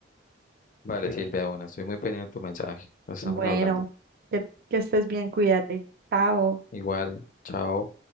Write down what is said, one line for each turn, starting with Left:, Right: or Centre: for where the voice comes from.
Left: Vale, Silvia, bueno, estoy muy pendiente de tu mensaje. Nos estamos
Right: Bueno,
Left: hablando.
Right: que, que estés bien, cuídate. Chao.
Left: Igual, chao.